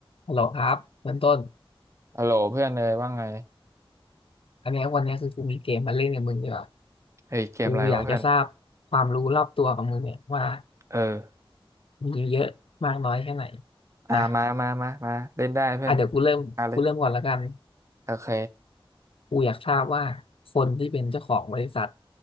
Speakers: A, on the left; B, on the right.
A: ฮัลโหลครับเบื้องต้น
B: ฮัลโหลเพื่อนเลยว่าไง
A: อันเนี้ยวันเนี้ยคือกูมีเกมมาเล่นกับมึงดีกว่า
B: เฮ้ยเกมอะไรวะเพื่อน
A: กูอยากจะทราบความรู้รอบตัวของมึงเนี่ยว่า
B: เออ
A: มีเยอะมากน้อยแค่ไหน
B: อ่ามามามามาเล่นได้เพื่อน
A: นะอ่ะเดี๋ยวกูเริ่มกูเริ่มก่อนละกัน
B: มาเลยโอเค
A: กูอยากทราบว่าคนที่เป็นเจ้าของบริษัท